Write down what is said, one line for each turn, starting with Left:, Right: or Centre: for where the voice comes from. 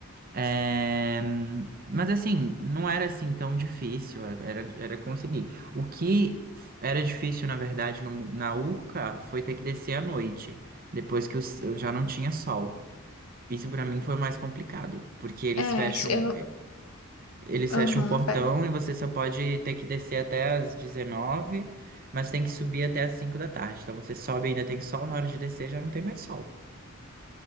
Right: É, Mas assim, não era assim tão difícil, era, era conseguir. O que era difícil, na verdade, no- na Urca foi ter que descer à noite, depois que o s- eu já não tinha sol. Isso pra mim foi mais complicado, porque eles
Left: É,
Right: fecham.
Left: isso eu não.
Right: Eles
Left: Aham,
Right: fecham um portão
Left: fa-
Right: e você só pode ter que descer até as 19, mas tem que subir até as 5 da tarde. Então você sobe e ainda tem sol, na hora de descer já não tem mais sol.